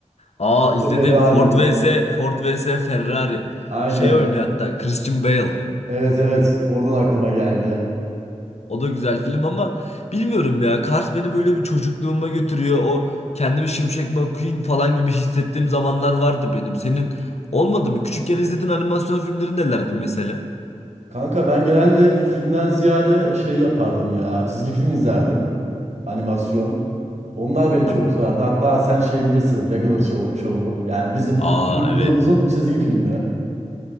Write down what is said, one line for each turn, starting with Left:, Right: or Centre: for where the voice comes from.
Left: Aa
Right: Ford'la
Left: izledim.
Right: Need Ferrari'nin.
Left: Ford vs Ford vs Ferrari.
Right: Aynen.
Left: Şey oynuyor hatta Christian Bale.
Right: Evet evet. Oradan aklıma geldi.
Left: O da güzel film ama bilmiyorum ya. Cars beni böyle bir çocukluğuma götürüyor. O kendimi Şimşek McQueen falan gibi hissettiğim zamanlar vardı benim. Senin olmadı mı? Küçükken izlediğin animasyon filmleri nelerdi mesela?
Right: Kanka ben genelde filmden ziyade şey yapardım ya. Çizgi film izlerdim. Animasyon. Onlar beni
Left: Sen-
Right: çok sarardı. Hatta sen şey bilirsin. Regular Show- Show'u. Yani bizim
Left: Aa
Right: çocukluğumuzun
Left: evet.
Right: çizgi filmi.